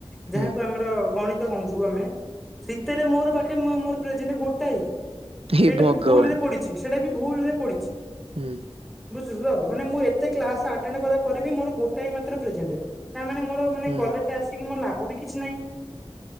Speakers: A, in the centre; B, on the right (about 70°).
A: ଯାହାକୁ
B: ହୁଁ
A: ଆମର ଗଣିତ କହୁଛୁ ଆମେ ସିତେରେ ମୋର ବା ଖେ ମୋ-ମୋର ପ୍ରେଜେଣ୍ଟ ଗୋଟାଏ
B: ହେ
A: ସେଇଟା
B: ଭଗବାନ
A: ବି ଭୁଲ ରେ ପଡିଛି ସେଟା ବି ଭୁଲରେ ପଡିଛି।
B: ହୁଁ।
A: ବୁଝୁଚୁ ତ ମାନେ ମୁଁ ଏତେ କ୍ଲାସ ଆଟେଣ୍ଡ କଲା ପରେ ବି ମୋର ଗୋଟାଏ ମାତ୍ର ପ୍ରେଜେଣ୍ଟ ତା ମାନେ ମୋର ମାନେ
B: ହୁଁ
A: କଲେଜ ଆସିକି ମୋର ଲାଭ ବି କିଛି ନାହିଁ।